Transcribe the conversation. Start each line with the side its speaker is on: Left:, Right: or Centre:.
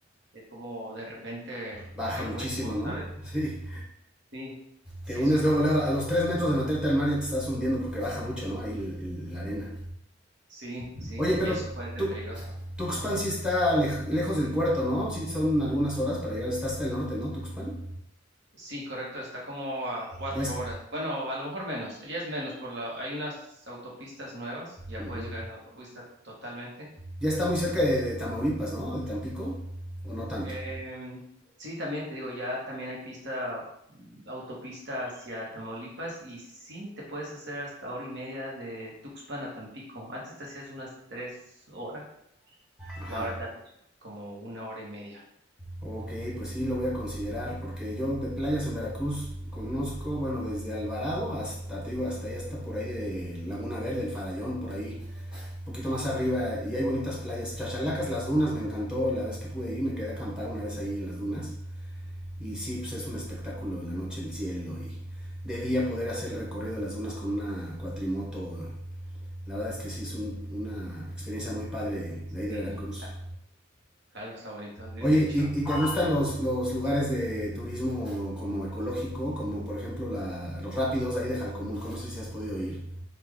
Right: es como de repente
Centre: Baja
Right: hay
Centre: muchísimo,
Right: huecos,
Centre: ¿no?
Right: ¿sabes?
Centre: <laughs> Sí.
Right: Sí, sí
Centre: Te hundes
Right: es un
Centre: luego, luego. A los 3 metros de meterte al mar ya te estás hundiendo porque baja mucho, ¿no? Ahí el- el- la arena.
Right: Sí, sí,
Centre: Oye, pero
Right: y eso puede ser
Centre: tú,
Right: peligroso.
Centre: Tuxpan
Right: Ajá.
Centre: sí está lej- lejos del puerto, ¿no? Sí son algunas horas para llegar. Está hasta el norte, ¿no? Tuxpan.
Right: Sí, correcto, está como a cuatro
Centre: Ya, es-
Right: horas. Bueno, a lo mejor menos, ya es menos, por la, hay unas autopistas nuevas, ya
Centre: ujú.
Right: puedes llegar en autopista totalmente.
Centre: ya está muy cerca de, de Tamaulipas, ¿no? De Tampico. O no tanto.
Right: Em, sí, también te digo, ya también hay pista, mm, autopista hacia Tamaulipas y sí, te puedes hacer hasta hora y media de Tuxpan a Tampico. Antes te hacías unas tres horas
Centre: Ajá.
Right: y ahora te haces como una hora y media.
Centre: Ok, pues sí, lo voy a considerar, porque yo de playas en Veracruz conozco, bueno, desde Alvarado hasta, te digo, hasta ahí, hasta por ahí de Laguna Verde, el Farallón, por ahí, un poquito más arriba, y hay bonitas playas. Chachalacas, las dunas, me encantó la vez que pude ir, me quedé a acampar una vez ahí en las dunas, y sí, pues es un espectáculo en la noche el cielo, y de día poder hacer el recorrido de las dunas con una cuatrimoto, la verdad es que sí es un- una experiencia muy padre de ahí
Right: Sí,
Centre: de Veracruz.
Right: está- claro, está bonito, de
Centre: Oye,
Right: de hecho.
Centre: ¿y, y te gustan los, los, lugares de turismo como ecológico, como por ejemplo la, los rápidos ahí de Jalcomulco? No sé si has podido ir.